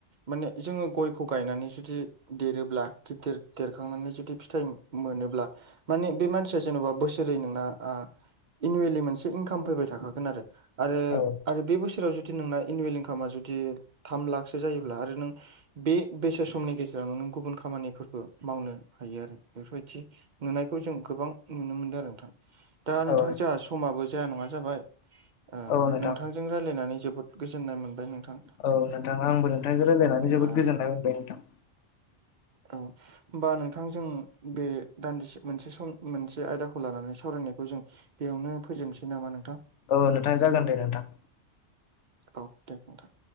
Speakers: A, on the right (about 50°); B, on the left (about 75°).
A: माने जोङो गयखौ गायनानै जुदि देरोब्ला गिदिर देरखांनानै जुदि फिथाइ मोनोब्ला माने बे मानसिया जेन'बा बोसोरै नोंना ओ एनुवेलि मोनसे इनकाम फैबाय थाखागोन आरो, आरो
B: औ
A: आरो बे बोसोराव जु दि नोंना एनुयेल इनकामा जुदि थाम लाखसो जायोब्ला आरो नों बे बेसे समनि गेजेरावनो नों गुबुन खामानिफोरबो मावनो हायो आरो बेफोरबायदि! नुनायखौ जों गोबां नुनो मोनदों आरो नोंथां दा नोंथां
B: औ
A: जोंहा समाबो जाया नङा जाबायू ओ
B: औ नोंथां
A: नोंथांजों रायजलायनानै जोबोद गोजोननाय मोनबाय नोंथां
B: औ नोंथां आंबो नोंथांजों रायलायनानै
A: होमबा
B: जोबोद गोजोननाय मोनबाय नोंथां।
A: औ बा नोंथांजों बे दान्दिसे मोनसे सम मोनसे आयदाखौ लानानै सावरायनायखौ जों बेयावनो फोजोबनोसै नामा नोंथां?
B: औ नोंथां जागोन दे नोंथां।
A: औ दे नोंथां